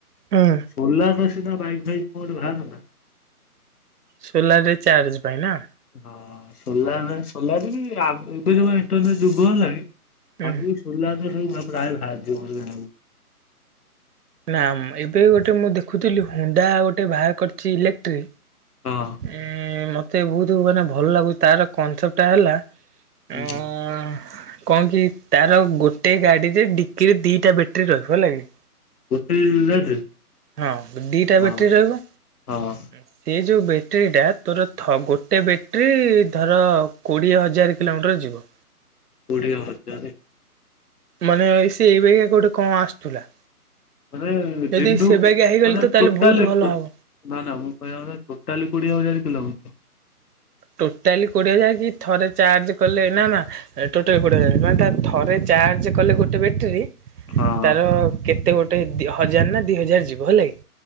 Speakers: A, on the right; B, on the left.
A: ହୁଁ।
B: ସୋଲାର୍ ର ସିନା ବାଇକ୍ ଫାଇକ୍ କଣ ଗୋଟେ ଭାରନ୍ତା।
A: ସୋଲାରରେ ଚାର୍ଜ ପାଇଁ ନା?
B: ହଁ ସୋଲାର୍ରେ ସୋଲାରରେ ବି ଏବେ ଯୋଉ ଇଣ୍ଟରନେଟ ଯୁଗ ହେଲାଣି
A: ହୁଁ।
B: ଆଗକୁ ସୋଲାର୍ ର ସବୁ ପ୍ରାୟ ଭାହାରି ଯିବ ବୋଲି ଜଣାପଡୁଚି।
A: ନା ଏବେ ଗୋଟେ ମୁଁ ଦେଖୁଥିଲି ହୁଣ୍ଡା ଗୋଟେ ବାହାର କରିଚି ଇଲେକ୍ଟ୍ରି
B: ହଁ
A: ଉଁ ମତେ ବହୁତୁ ମାନେ ଭଲ ଲାଗୁଚି, ତାର କନସେପ୍ଟ ଟା ହେଲା ଆଁ
B: ହୁଁ
A: ଆଁ କଣ କି ତାର ଗୋଟେ ଗାଡ଼ିରେ ଡିକିରେ ଦିଟା ବେଟେରୀ ରହିବ ହେଲାକି?
B: ଗୋଟେ ଗାଡ଼ିରେ?
A: ହଁ ଦିଟା
B: ହଁ
A: ବେଟେରୀ ରହିବ।
B: ହଁ
A: ସେ ଯୋଉ ବେଟେରୀଟା ତୋର ଗୋଟେ ବେଟେରୀ ଧର କୋଡ଼ିଏ ହଜାର କିଲୋମିଟର ଯିବ।
B: କୋଡ଼ିଏ ହଜାରେ?
A: ମାନେ ସେ ଏଇ ବାଗିଆ ଗୋଟେ କଣ ଆସୁଥିଲା।
B: ମାନେ
A: ଯଦି
B: ଦିନୁ
A: ସେ ବାଗିଆ ହେଇଗଲେ
B: ମାନେ
A: ତ ତାହେଲେ
B: ଟୋଟାଲି
A: ବହୁତ ଭଲ
B: ଟୋ
A: ହବ।
B: ନା ନା ମୁଁ କହିବା କଥା ଟୋଟାଲି କୋଡିଏ ହଜାର କିଲୋମିଟର?
A: ଟୋଟାଲି କୋଡିଏ ହଜାର କି ଥରେ ଚାର୍ଜ କଲେ ନା ନା ଟୋଟାଲ କୋଡ଼ିଏ ହଜାରେ, ମାନେ ତା ଥରେ ଚାର୍ଜ କଲେ ଗୋଟେ ବେଟେରୀ
B: ହଁ
A: ତାର କେତେ ଗୋଟେ ହଜାର ନା ଦି ହଜାର ଯିବ ହେଲା କି।